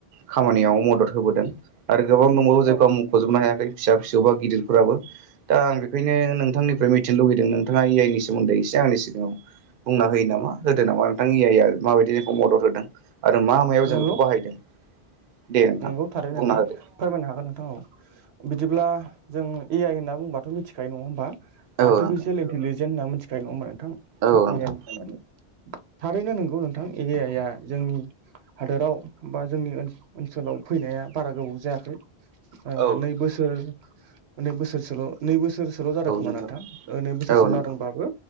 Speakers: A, on the right; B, on the right.
A: खामानियाव मदद होबोदों। आरो गोबां दंबावो जायखौ
B: औ
A: आं मख'जोबनो हायाखै फिसा फिसौ बा गिदिरफोराबो दा आं बेखायनो नोंथांनि निफ्राय मिथिनो लुुबैदों नोंथाङा ए आइनि सोमोन्दै एसे आंनि सिगाङाव बुंना होयो नामा होदो नामा नोंथां ए आइआ माबायदि जोंखौ मदद होदों आरो मा मायाव जों
B: नंगौ
A: बेखौ बाहायदों दे नोंथां
B: नंगौ थारैनो नोंथां
A: बुंना होदो
B: फोरमायनो हागोन नोंथां औ बिदिब्ला जों ए आइ होनना बुंबाथथ' मिथिखायो नङा होमा
A: औ
B: आर्टिफिसियेल
A: नोंथां
B: इन्टेलिजेन्स होनना मिथिखायो नङा होनबा नोंथां
A: औ
B: ए
A: नोंथां
B: आय निखामानि थारैनो नंगौ नोंथां ए आयया जोंनि हादोराव बा जोंनि ओनसोलाव फैनाया बारा गोबाव जायाखै ओ
A: औ
B: नै बोसोर नै बोसोरसोल' नै बोसोर बोसोरसोल' जादों खोमा
A: नोंथां
B: नोंथाङा नै बोसोरसो
A: औ नोंथां
B: जादोंबाबो